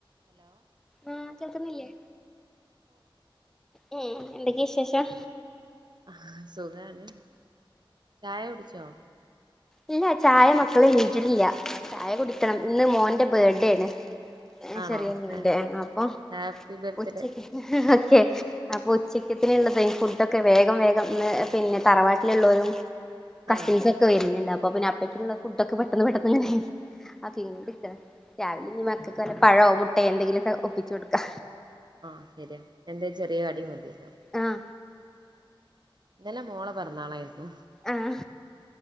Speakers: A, on the right (about 55°); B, in the centre.
A: ഹലോ
B: ആഹ് കേൾക്കുന്നില്ലേ ഉം എന്തൊക്കെ വിശേഷം
A: ആ സുഖാണ് ചായ കുടിച്ചോ
B: ഇല്ല ചായ മക്കള് എനിച്ചിട്ടില്ല ചായ കുടിക്കണം ഇന്ന് മോന്റെ ബേർത്ത്ഡേ ആണ്
A: ആണോ
B: ചെറിയ മോന്റെ
A: ഏ
B: അപ്പൊ
A: ഹാപ്പി ബർത്തിഡേ
B: ഉച്ചക്ക് ഓക്കെ അപ്പൊ ഉച്ചക്കത്തിന്ള്ളത് ഫുഡൊക്കെ വേഗം വേഗം ഇന്ന് പിന്നെ തറവാട്ടില്ള്ളോലും കസിൻസൊക്കെ
A: ആഹ്
B: വര്ന്ന്ണ്ട് അപ്പൊ പിന്നെ അപ്പക്കുള്ള ഫുഡൊക്കെ പെട്ടെന്ന് പെട്ടെന്ന് ഇങ്ങനെ ആക്കികൊണ്ട് നിക്ക രാവിലെ ഇഞ്ഞി മക്കക്ക് വല്ല പഴോ മുട്ടേ എന്തെങ്കിലൊക്കെ ഒപ്പിച്ചു കൊടുക്കാ
A: ആ ശരിയ എന്തെ ചെറിയ കടി മതിയല്ലോ
B: ആഹ്
A: ഇന്നലെ മോളെ പിറന്നാളായിരിന്നു
B: ആഹ്